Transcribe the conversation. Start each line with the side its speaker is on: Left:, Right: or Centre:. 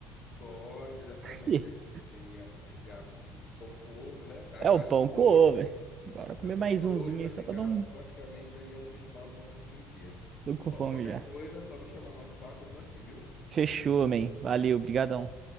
Left: pode, exatamente,
Right: <laughs>
Left: já que vocês têm esse hábito de, do pão com ovo, né? Aí
Right: É o
Left: vai,
Right: pão
Left: são dois.
Right: com ovo, velho. Agora comer
Left: Já são
Right: mais
Left: dois,
Right: umzinho
Left: vai
Right: aí só
Left: ficar
Right: pra dar um.
Left: praticamente aí alimentado para curtir o dia.
Right: Tô com
Left: Ó,
Right: fome
Left: qualquer
Right: já.
Left: coisa, é só me chamar no WhatsApp, eu tô aqui, viu?
Right: Fechou, man. Valeu, brigadão.